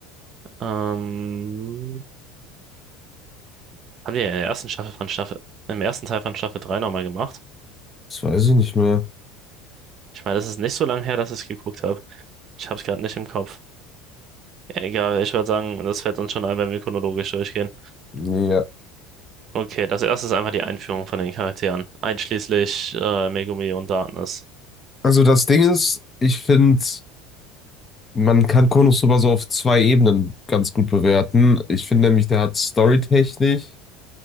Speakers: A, on the right; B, on the left.
A: Ähm, Haben die in der ersten Staffel von Staffel, im ersten Teil von Staffel 3 nochmal gemacht?
B: Das weiß ich nicht mehr.
A: Ich meine, das ist nicht so lange her, dass ich es geguckt habe. Ich habe es gerade nicht im Kopf. Egal, ich würde sagen, das fällt uns schon ein, wenn wir chronologisch durchgehen.
B: Ja,
A: Okay, das erste ist einfach die Einführung von den Charakteren, einschließlich äh, Megumi und Darkness.
B: Also das Ding ist, ich finde, man kann Konosuba so auf zwei Ebenen ganz gut bewerten. Ich finde nämlich, der hat storytechnisch